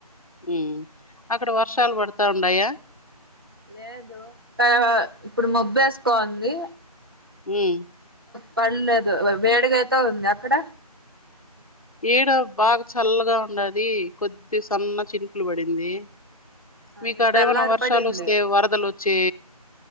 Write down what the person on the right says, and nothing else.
లేదు ఇప్పుడు మబ్బ వేసుకోంది
పడలేదు వేడిగ అయితే ఉంది అక్కడ
ఈ
తెల్లారి
పడింది